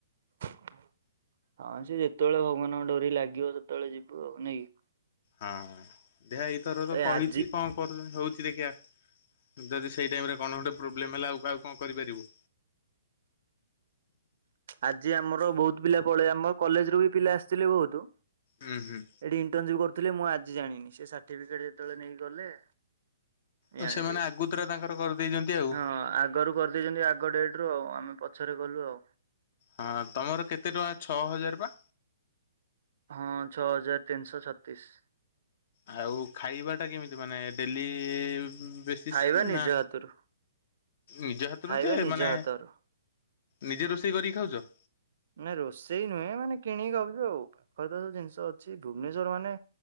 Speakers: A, on the right (about 60°); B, on the left (about 50°).
A: ହଁ ସେ ଯେତେବେଳେ ଭଗବାନଙ୍କ ଡୋରି ଲାଗିବ ସେତେବେଳେ ଯିବୁ ଆଉ ନାଇଁ କି?
B: ହଁ ଦେ ଏଇଥର ତ
A: ଆରେ
B: କହିଛି
A: ଆଜି
B: କଣ? କର ହଉଛି ଦେଖିବା ଯଦି ସେଇ ଟାଇମରେ କଣ ଗୋଟେ ପ୍ରୋବ୍ଲେମ ହେଲା ଆଉ କାହାଉ କଣ କରିପାରିବୁ?
A: ଆଜି ଆମର ବହୁତ ପିଲା ପଳେଇ ଆମ କଲେଜରୁ ବି ପିଲା ଆସିଥିଲେ ବହୁତ।
B: ହୁଁ ହୁଁ।
A: ଏଠି ଇଣ୍ଟନସିପ କରୁଥିଲେ ମୁଁ ଆଜି ଜାଣିନି ସେ ସାର୍ଟିଫିକେଟ ଯେତେବେଳେ ନେଇ କି ଗଲେ?
B: ଆଉ
A: ଜାଣିଲି।
B: ସେମାନେ ଆଗତୁରା ତାଙ୍କର କରିଦେଇଛନ୍ତି। ଆଉ
A: ହଁ ଆଗରୁ କରିଦେଇଛନ୍ତି ଆଗ ଡେଟରୁ ଆଉ ଆମେ ପଛରେ ଗଲୁ ଆଉ।
B: ହଁ ତୁମର କେତେ ଟଙ୍କା ଛଅ ହଜାର ପା?
A: ହଁ ଛଅ ହଜାର ତିନିଶହ ଛତିଶ।
B: ଆଉ ଖାଇବାଟା କେମିତି ମାନେ ଡେଲି ବେ
A: ଖାଇବା ନିଜ
B: ନା
A: ହାତରୁ
B: ନିଜ ହାତରୁ
A: ଖାଇବା
B: ଯେ
A: ନିଜ
B: ମାନେ।
A: ହାତରୁ।
B: ନିଜେ ରୋଷେଇ କରିକି ଖାଉଛ।
A: ନାଇଁ ରୋଷେଇ ନୁହେଁ ମାନେ କିଣିକି ଖାଉଛୁ ଆଉ ପାଖରେ ତ ସବୁ ଜିନିଷ ଅଛି ଭୁବନେଶ୍ୱର ମାନେ।